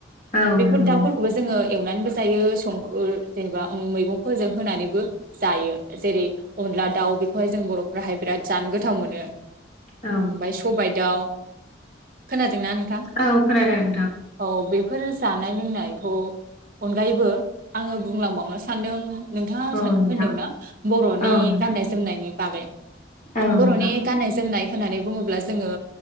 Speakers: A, on the left; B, on the right.
A: औ
B: बेफोर
A: नंगौ
B: दाउफोरखौबो जोङो एवनानैबो जायो संख जेनेबा मैगंफोरजों होनानैबो जायो। जेरै अनला दाउ बेखौहाय जों बर'फोराहाय बिराद जानो गोथाव मोनो।
A: औ
B: ओमफाय सबाइ दाउ खोनादोंना नों
A: औ खोनादों नोंथां
B: औ बेफोर जानाय लोंनायखौ अनगायैबो आङो बुंलांबावनो सानदों नोंथाङा
A: औ नोंथां
B: होनदोंना बर'नि
A: औ नोंथां
B: गाननाय जोमनायनि बागै।
A: औ
B: बर'नि
A: नोंथां
B: गान्नाय जोमनाय होननानै बुङोब्ला जोङो